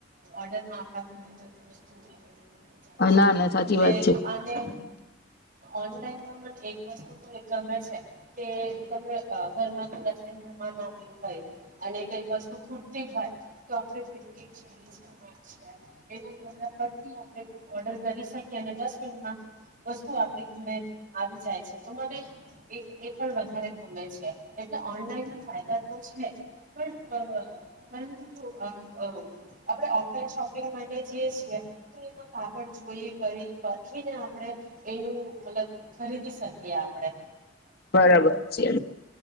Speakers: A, on the right (about 40°); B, on the left (about 55°).
A: ઓર્ડરમાં આપણા ઘરે બધી વસ્તુ આપને મળી જાય છે.
B: ના ના સાચી
A: અને
B: વાત છે
A: આને ઓનલાઈનમાં પણ એક વસ્તુ તો એ ગમે છે કે તમે ઘરમાં કઈ આપણે મહેમાન આવ્યું હોય અને કઈ વસ્તુ ખૂટતી હોય તો આપણેન્કી છે ઇન્સ્ટમાટ છે એના દ્વારા ફરતી આપણે ઓર્ડર કરી શકીએ અને દસ મિનટમાં વસ્તુ આપણી ઘરે આવી જાય છે તો મને એ પણ વધારે ગમે છે એટલે ઓનલાઈનના ફાયદા તો છે જ પણ પરંતુ જો આપણે ઓફલાઈન શોપિંગ માટે જઈએ છીએ તો એમાં કાપડ જોઈએ કરી પરખીને આપણે એનું મલ્લબ ખરીદી શકીએ આપડે.
B: બરાબર છે.